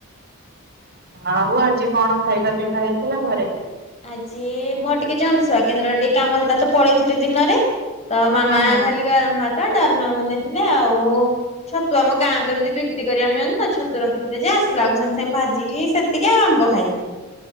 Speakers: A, on the right; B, on the left.
A: ଆଉ ଆଜି କଣ ଖାଇବା ପିଇବା ହେଇଥିଲା ଘରେ?
B: ଆଜି ମୋର ଟିକେ ଜନସେବା କେନ୍ଦ୍ର ଟିକେ କାମ ଥିଲାତ ପଳେଇଥିଲ ଦିନରେ ତ ମାାମ
A: ହଁ ହଁ
B: ଖାଲି ଗରମ ଭା ତ ଡାଲମା ବନେଇଥିଲେ ଆଉ ଛତୁ ଆମ ଗାଁକୁ ଏମିତି ବିକ୍ରି କରି ଆଣି ଆଣୁଚ ତ ଛତୁ ରଖିଥିଲେ ଯେ ଆସିଲା ବେଳକୁ ସାଙ୍ଗେ ସାଙ୍ଗେ ଭାଜିକି ସେତିକି ଆଉ ଆମ୍ବ ଖାଇଥିଲି।